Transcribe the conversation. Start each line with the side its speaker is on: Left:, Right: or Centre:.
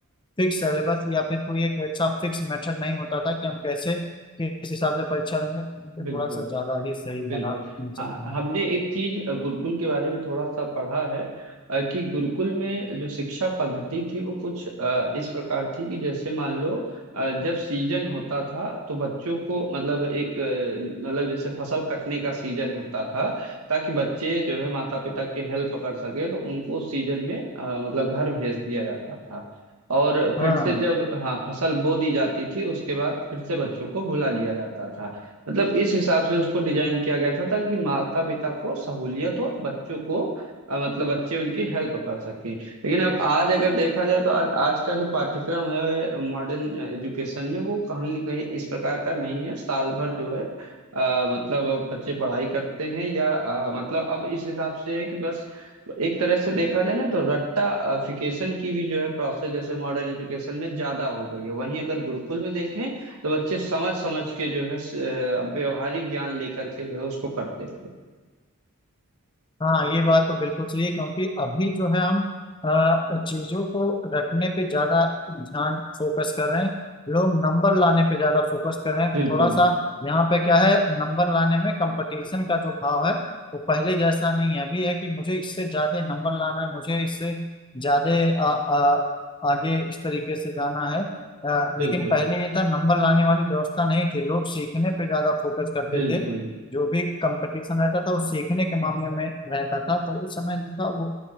Left: फिक्स सिलेबस या फिर कोई एक अच्छा फिक्स मेथड नहीं होता था कि हम कैसे किस हिसाब से परीक्षा देंगे तो मुझे
Right: बिल्कुल
Left: थोड़ा सा ज्यादा ही सही
Right: बिल्कुल
Left: लगा इन सब
Right: हाँ
Left: का नाम।
Right: हमने एक चीज अ, गुरुकुल के बारे में थोड़ा सा पढ़ा है अ, कि गुरुकुल में जो शिक्षा पद्धति थी वो कुछ अ, इस प्रकार थी कि जैसे मान लो अ, जब सीजन होता था तो बच्चों को मतलब एक अ, मतलब जैसे फसल कटने का सीजन होता था ताकि बच्चे जो है माता पिता के हेल्प कर सके तो उनको उस सीजन में अ, मतलब घर भेज दिया जाता था और फिर
Left: हाँ
Right: से जब हाँ फसल बो दी जाती थी उसके बाद फिर से बच्चों को बुला लिया जाता था मतलब इस हिसाब से उसको डिजाइन किया गया था ताकि माता पिता को सहूलियत हो और बच्चों को अ, मतलब बच्चे उनकी हेल्प कर सकें लेकिन अब आज अगर देखा जाए तो आज आज का जो पाठ्यक्रम है मॉडर्न एजुकेशन में वो कहीं न कहीं इस प्रकार का नहीं है साल भर जो है अ, मतलब बच्चे पढ़ाई करते हैं या अ, मतलब अब इस हिसाब से है कि बस एक तरह से देखा जाए ना तो रट्टाफिकेशन की भी जो है प्रोसेस जैसे मॉडर्न एजुकेशन में ज्यादा हो गई है वहीं अगर गुरुकुल में देखें तो बच्चे समझ समझ के जो है स- अ, व्यवहारिक ज्ञान लेकर के जो है उसको करते थे
Left: हाँ ये बात तो बिल्कुल सही है क्योंकि अभी जो है हम अ, चीजों को रखने पे ज्यादा ध्यान फोकस कर रहे हैं लोग नंबर लाने पे ज्यादा फोकस कर रहे हैं
Right: बिल्कुल
Left: थोड़ा सा यहाँ पे क्या है नंबर लाने में कंपटीशन का जो भाव है वो पहले जैसा नहीं है अभी है कि मुझे इससे ज्यादा नंबर लाना है मुझे इससे ज्यादा अ, अ, आगे इस तरीके से जाना है अ,
Right: बिल्कुल
Left: लेकिन पहले ये था नंबर लाने वाली व्यवस्था नहीं थी लोग सीखने पे ज्यादा फोकस करते
Right: बिल्कुल
Left: थे जो भी कंपटीशन रहता था वो सीखने के मामले में रहता था तो उस समय जो था वो